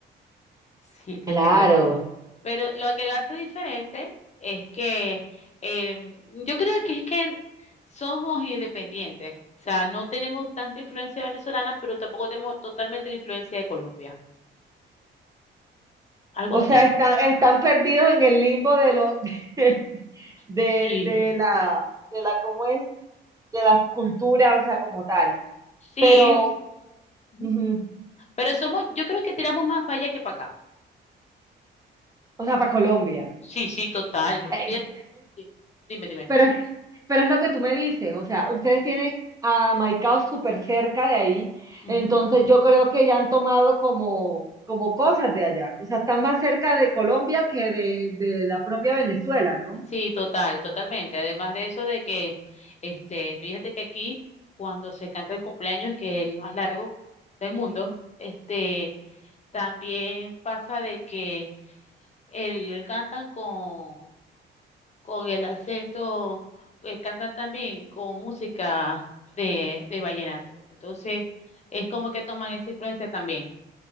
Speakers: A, on the left; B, on the right.
A: Sí, se
B: Claro.
A: pega. Pero lo que lo hace diferente es que em, yo creo que es que somos independientes. O sea, no tenemos tanta influencia venezolana, pero tampoco tenemos totalmente la influencia de Colombia. Algo
B: O
A: así.
B: sea, están, están perdidos en el limbo de lo <laughs> de, de,
A: Sí,
B: de la de la cómo es de las culturas, o sea, como tal.
A: sí.
B: Pero,
A: es-
B: ujú,
A: Pero somos, yo creo que tiramos más para allá que para acá.
B: o sea, para Colombia.
A: Sí, sí, total, porque
B: <laughs>
A: fíjate. Sí, dime, dime.
B: Pero es, pero es lo que tú me dices, o sea, ustedes tienen a Maicao súper cerca de ahí,
A: Ujú.
B: entonces yo creo que ya han tomado como, como cosas de allá, o sea, están más cerca de Colombia que de, de la propia Venezuela, ¿no?
A: Sí, total, totalmente. Además de eso de que, este, fíjate que aquí, cuando se canta el cumpleaños, que es el más largo del mundo, este, también pasa de que el, cantan con, con el acento, eh, cantan también con música de, de vallenato. Entonces, es como que toman esa influencia también.